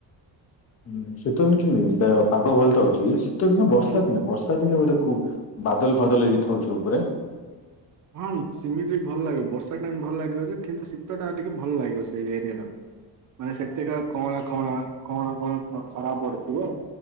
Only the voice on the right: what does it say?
ହୁଁ
ହଁ ସେିମିତି ବି ଭଲ ଲାଗିବ ବର୍ଷା ଟାଇମ ଭଲ ଲାଗିବ ଯେ କିନ୍ତୁ ଶୀତଟା ଟିକେ ଭଲ ଲାଗିବ ସେ ଏରିଆର
ମାନେ ସେତିକା କଣ କଣ କଣ କଣ ଖରାପ ପଡିଥିବ?